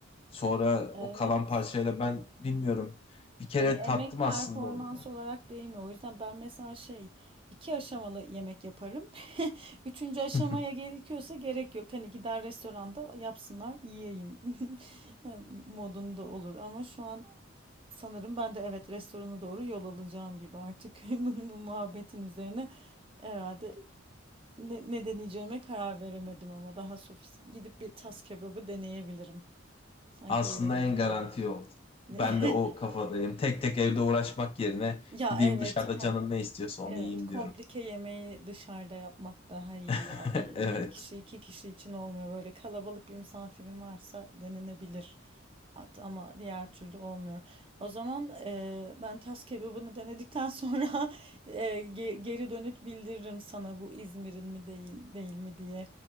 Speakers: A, on the left; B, on the right.
A: Sonra
B: Evet.
A: o kalan parçayla ben bilmiyorum. Bir kere
B: Hani emek
A: tattım
B: performans
A: aslında onu.
B: olarak değmiyor. O yüzden ben mesela şey iki aşamalı yemek yaparım. <laughs> Üçüncü aşamaya
A: <laughs>
B: gerekiyorsa gerek yok. Hani gider restoranda yapsınlar yiyeyim <laughs> yani modunda olur. Ama şu an sanırım ben de evet restorana doğru yol alacağım gibi artık <laughs> bu bu muhabbetin üzerine herhalde ne, ne deneyeceğime karar veremedim ama daha sofist gidip bir tas kebabı deneyebilirim. Sanki
A: Aslında
B: öyle gözüküyor.
A: en garanti yol.
B: Ne?
A: Ben de o
B: <laughs>
A: kafadayım. Tek tek evde uğraşmak yerine
B: Ya
A: gideyim
B: evet,
A: dışarıda
B: kon-
A: canım ne istiyorsa onu
B: Evet,
A: yiyeyim
B: komplike
A: diyorum.
B: yemeği dışarıda yapmak daha iyi
A: <laughs>
B: ya. Bir,
A: Evet.
B: bir kişi, iki kişi için olmuyor. Böyle kalabalık bir misafirin varsa denenebilir. At- Ama diğer türlü olmuyor. O zaman eee, ben tas kebabını denedikten sonra <laughs> eee, ge- geri dönüt bildiririm sana bu İzmir'in mi değil değil mi diye.